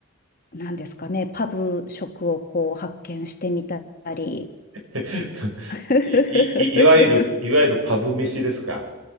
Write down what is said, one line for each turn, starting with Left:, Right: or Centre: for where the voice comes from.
Left: なんですかね、パブ食をこう発見してみたり。
Right: <laughs>
Left: <laughs>
Right: い、い、いいわゆる、いわゆるパブ飯ですか。